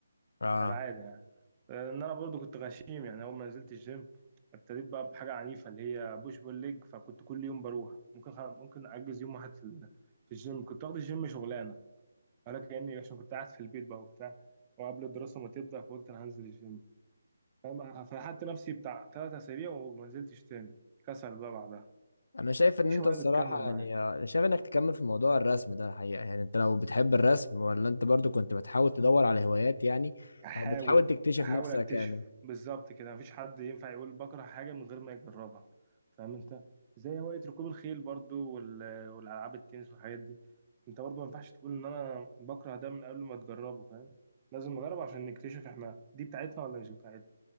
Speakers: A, on the left; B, on the right.
A: اه
B: كالعادة يعني ان انا برضو كنت غشيم يعني اول ما نزلت الجيم ابتديت بقى بحاجة عنيفة اللي هي بوش بول ليج فكنت كل يوم بروح ممكن خ- ممكن اجز يوم واحد في ال- في الجيم كنت واخد الجيم شغلانة ولكن يعني عشان كنت قاعد في البيت بقى وبتاع وقبل الدراسة ما تبدأ فقلت انا هنزل الجيم فاهم؟ فلحقت نفسي بتاع ثلاث اسابيع وما نزلتش تاني كسل بقى بعدها
A: انا شايف
B: مفيش
A: ان انت
B: هواية
A: الصراحه
B: بتكمل معايا
A: يعني انا شايف انك تكمل في موضوع الرسم ده الحقيقه يعني انت لو بتحب الرسم ولا انت برضو كنت بتحاول تدور على هوايات يعني
B: بحاول
A: او بتحاول تكتشف
B: بحاول
A: نفسك
B: اكتشف
A: يعني
B: بالظبط كده مفيش حد ينفع يقول بكره حاجه من غير ما يجربها فاهم انت زي هوايه ركوب الخيل برضو وال... والالعاب التنس والحاجات دي انت برضو ما ينفعش تقول ان انا بكره ده من قبل ما تجربه فاهم لازم نجرب عشان نكتشف احنا دي بتاعتنا ولا مش بتاعتنا